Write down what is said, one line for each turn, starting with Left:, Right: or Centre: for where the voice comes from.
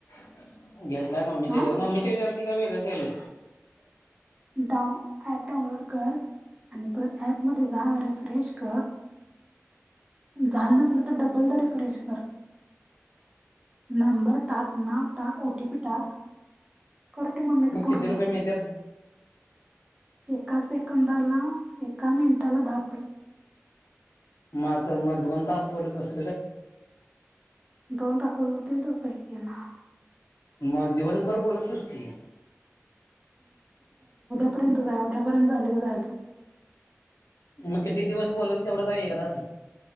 Left: <inaudible> घेतलाय मम्मीच्या
Right: हा
Left: हच्यावर मम्मीच्या हच्यावरती का वेगळी झाली
Right: डा ऍप डाऊनलोड कर आणि परत ऍप मध्ये जा रिफ्रेश कर <inaudible> <inaudible> झालं नसलं तर डबल द रिफ्रेशनर <inaudible> नंबर टा नाव टा ओ टीपी टा करते मम्मीच
Left: मग
Right: पूर्ण
Left: किती रुपये मिळतात
Right: <inaudible> एका सेकंदाला एका मिनिटाला धापे <inaudible>
Left: <inaudible> मग आता मग दोन तास बोल बस
Right: दोन तासात होतील तर पैकी ना <inaudible>
Left: मग दिवसभर बोलतुस की <inaudible>
Right: र्य जा उद्यापर्यंत झालेला <inaudible>
Left: मग किती दिवस बोलाल तेवढं काही एकताच <inaudible>